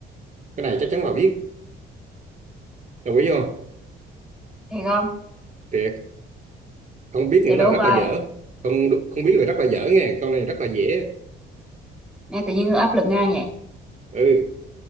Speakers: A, on the right; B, in the centre.
A: cái này chắc chắn bà biết đồng ý không
B: thiệt không
A: thiệt không biết nữa
B: để
A: là
B: đố
A: rất
B: coi
A: là dở không không biết là rất là dở nghe câu này rất là dễ
B: nghe tự nhiên tôi áp lực ngang vậy
A: ừ